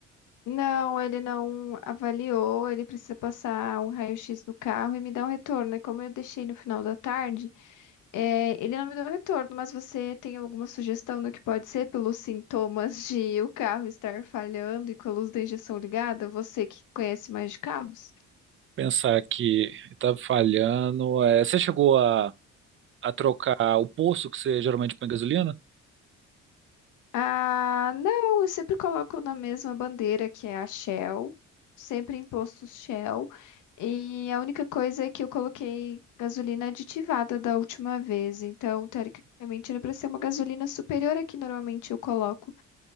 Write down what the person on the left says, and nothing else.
Não, ele não avaliou, ele precisa passar um raio-x do carro e me dar um retorno. E como eu deixei no final da tarde, é, ele não me deu retorno, mas você tem alguma sugestão do que pode ser pelos sintomas de o carro estar falhando e com a luz da injeção ligada? Você que conhece mais de carros?
Ah, não, eu sempre coloco na mesma bandeira que é a Shell, sempre em postos Shell. E a única coisa é que eu coloquei gasolina aditivada da última vez, então teoricamente era para ser uma gasolina superior à que normalmente eu coloco.